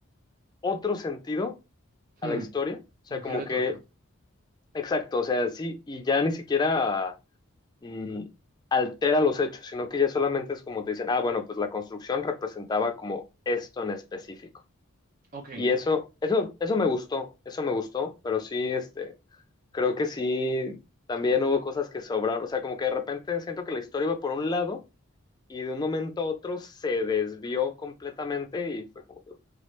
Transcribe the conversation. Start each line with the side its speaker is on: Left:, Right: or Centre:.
Left: otro sentido
Right: Hmm,
Left: a la historia, o sea,
Right: un giro
Left: como
Right: de
Left: que,
Right: tuerca.
Left: exacto, o sea, sí, y ya ni siquiera mm, altera los hechos, sino que ya solamente es como te dicen, ah, bueno, pues la construcción representaba como esto en específico.
Right: Ok,
Left: Y eso, eso, eso me gustó, eso me gustó, pero sí, este, creo que sí, también hubo cosas que sobraron, o sea, como que de repente siento que la historia iba por un lado y de un momento a otro se desvió completamente y fue como, que,